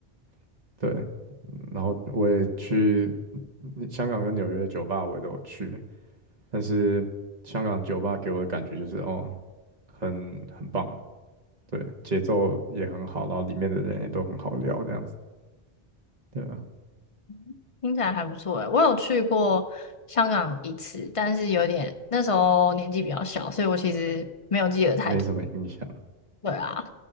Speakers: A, on the right; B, on the left.
A: <laughs> 对，嗯然后我也去嗯香港跟纽约的酒吧，我也都有去，但是香港酒吧给我的感觉就是哦，很很棒，对，节奏也很好，然后里面的人也都很好聊这样子，对啊，
B: <laughs> 听起来还不错诶。我有去过香港一次，但是有点那时候年纪比较小，所以我其实没有记得太多。
A: 没什么印象。
B: 对啊，